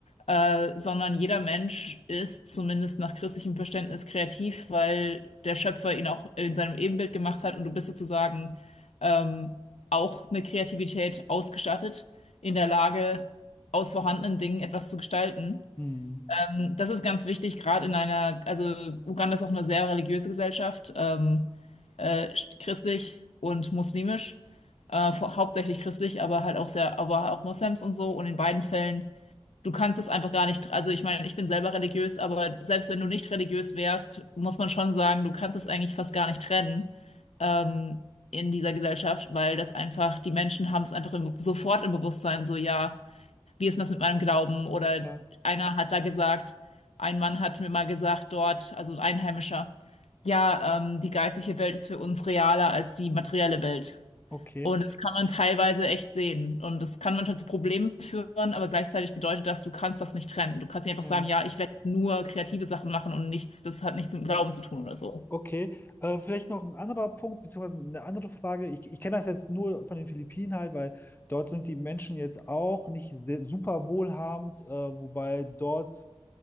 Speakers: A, on the left; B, on the left.
A: äh, sondern jeder Mensch ist zumindest nach christlichem Verständnis kreativ, weil der Schöpfer ihn auch in seinem Ebenbild gemacht hat und du bist sozusagen ähm, auch mit Kreativität ausgestattet, in der Lage, aus vorhandenen Dingen etwas zu gestalten.
B: Hm.
A: Ähm, das ist ganz wichtig, gerade in einer, also Uganda ist auch eine sehr religiöse Gesellschaft, ähm, äh, christlich und muslimisch. Äh, vor- hauptsächlich christlich, aber halt auch sehr, aber auch Moslems und so. Und in beiden Fällen Du kannst es einfach gar nicht, also ich meine, ich bin selber religiös, aber selbst wenn du nicht religiös wärst, muss man schon sagen, du kannst es eigentlich fast gar nicht trennen, ähm, in dieser Gesellschaft, weil das einfach, die Menschen haben es einfach im, sofort im Bewusstsein, so, ja, wie ist denn das mit meinem Glauben? Oder
B: Ja,
A: einer hat da gesagt, ein Mann hat mir mal gesagt dort, also ein Einheimischer, ja, ähm, die geistliche Welt ist für uns realer als die materielle Welt.
B: okay.
A: Und das kann man teilweise echt sehen. Und das kann manchmal zu Problemen führen, aber gleichzeitig bedeutet das, du kannst das nicht trennen. Du kannst nicht einfach
B: Ja.
A: sagen, ja, ich werde jetzt nur kreative Sachen machen und nichts, das hat nichts mit Glauben zu tun oder so.
B: Okay, äh, vielleicht noch ein anderer Punkt, beziehungsweise eine andere Frage. Ich, ich kenne das jetzt nur von den Philippinen halt, weil dort sind die Menschen jetzt auch nicht sehr, super wohlhabend, äh, wobei dort